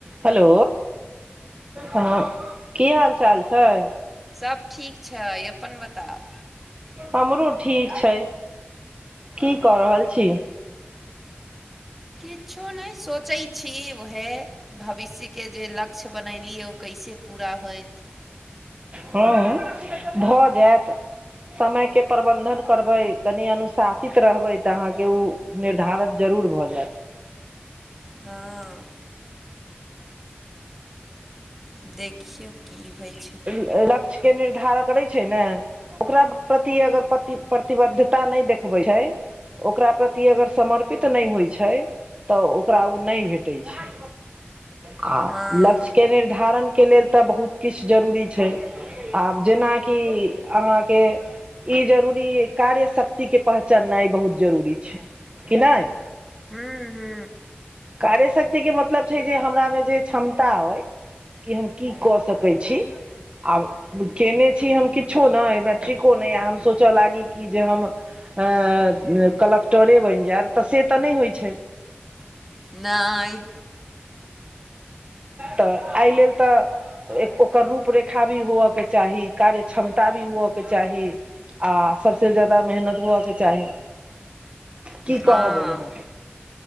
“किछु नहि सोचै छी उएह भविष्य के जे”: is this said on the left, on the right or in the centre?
Centre